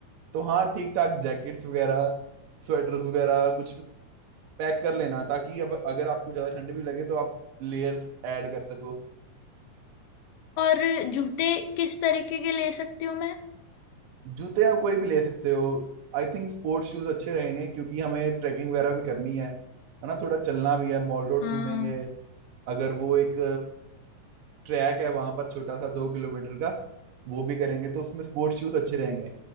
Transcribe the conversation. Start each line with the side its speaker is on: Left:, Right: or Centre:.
Right: तो हाँ ठीक ठाक जैकेट्स वगैरह स्वेटर्स वगैरह कुछ पैक कर लेना ताकि अब अगर आपको ज्यादा ठंड भी लगे तो आप लेयर्स ऐड कर सको
Left: और जूते किस तरीके के ले सकती हूँ मैं
Right: जूते आप कोई भी ले सकते हो आई थिंक स्पोर्ट्स शूज अच्छे रहेंगे क्योंकि हमें ट्रैकिंग वगैरह भी करनी है है ना थोड़ा चलना भी है मॉल रोड
Left: हाँ
Right: घूमेंगे अगर वो एक ट्रैक है वहां पर छोटा सा दो किलोमीटर का वो भी करेंगे तो उसमें स्पोर्ट्स शूज अच्छे रहेंगे